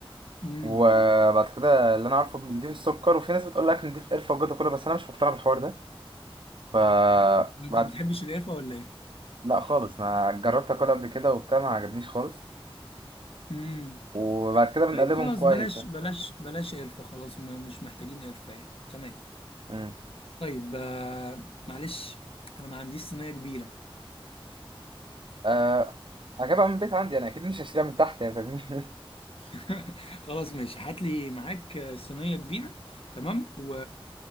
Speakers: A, on the left; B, on the right.
A: اه
B: وبعد كده اللي انا عارفه بنضيف السكر وفي ناس بتقول لك نضيف قرفه وجوده كله بس انا مش مقتنع بالحوار ده ف
A: انت
B: بعد
A: ما بتحبش القرفه ولا ايه
B: لا خالص ما جربت اكلها قبل كده وبتاع ما عجبنيش خالص
A: امم
B: وبعد كده بنقلبهم
A: طيب خلاص
B: كويس
A: بلاش بلاش بلاش قرفه خلاص م- مش محتاجين قرفه يعني تمام
B: امم
A: طيب آه، معلش انا ما عنديش صينيه كبيره
B: أه... هجيبها من البيت عندي انا اكيد مش هشتريها من تحت يعني فاهمني
A: <laughs> خلاص ماشي هات لي معاك آه، صينيه كبيره تمام و...